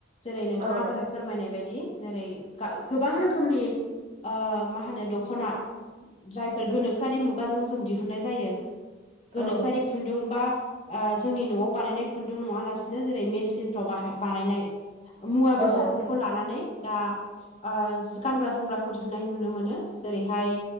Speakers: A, on the left (about 30°); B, on the right (about 40°).
A: जेरै नोंथाङा
B: औ
A: दहाय फोरमायनाय बायदि। जेरै गा गोबां रोखोमनि आ मा होनो दख'ना जायफोर गोनोखोआरि मुगाजों जों दिहुननाय जायो। गोनोखोआरि
B: औ
A: खुन्दुं बा आ जोंनि न'आव बानायनाय खुन्दुं नङा लासिनो जेरै मेसिन फ्राव बाहाय बानायनाय मुवा
B: औ
A: बेसादफोरखौ लानानै दा आ जि गानग्रा जोमग्राखौ दिहुननाय नुनो मोनो जेरैहाय